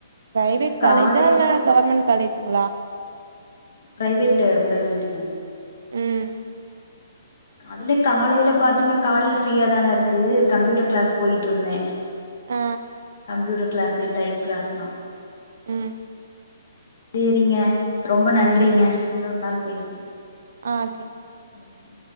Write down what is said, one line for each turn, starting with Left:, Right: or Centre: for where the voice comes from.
Right: பிரைவேட்
Left: அதல காலையில
Right: காலேஜா இல்ல கவர்மெண்ட் காலேஜுங்களா
Left: ப்ரைவேட்டு ப்ரைவேட்டுங்க
Right: ம்
Left: அதுலே காலையில பாத்தீங்ன்னா காலைல ஃப்ரீயா தானே இருக்கு கம்ப்யூட்டர் கிளாஸ் போயிட்டு இருந்தே
Right: ஆ
Left: கம்ப்யூட்டர் கிளாஸு டைப் கிளாஸ்லா
Right: ம்
Left: சேரிங்க ரொம்ப நன்றிங்க இன்னொரு நாள் பேசு
Right: ஆ செரி
Left: ஓகே